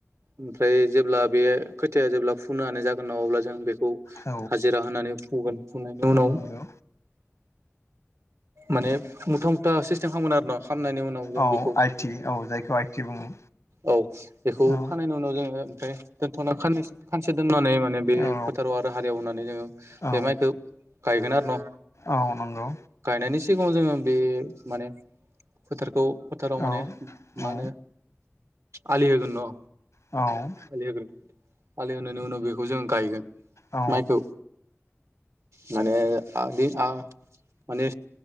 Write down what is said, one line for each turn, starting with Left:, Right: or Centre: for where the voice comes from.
Right: ओमफ्राय जेब्ला बे खोथाया जेब्ला फुननो हानाय जागोन नामा अब्ला जों बेखौ
Left: औ
Right: हाजिरा होनानै फुगोन फुनायनि उनाव
Left: औ नंगौ
Right: माने मुथा मुथा सिस्टेम खालामोन आरो ना खालामनायनि उनाव जों
Left: औ
Right: बेखौ
Left: आइटि औ जायखौ आइटि बुङो।
Right: औ बेखौ
Left: औ
Right: खानायनि उनाव जोङो ओमफ्राय दोनथनानै खानसे दोननानै माने बे
Left: औ
Right: फोथाराव आरो हालैनानै जोङो
Left: औ
Right: बे माइखौ गायगोन आरो ना
Left: औ नंगौ
Right: गायनायनि सिगाङाव जोङो बे माने फोथारखौ फोथाराव माने
Left: औ
Right: मा
Left: औ
Right: होनो आलि होगोन न'
Left: औ
Right: आलि होग्रोन आलि होनायनि उनाव बेखौ जोंङा गायगोन
Left: औ
Right: माइखौ माने आं बे आं माने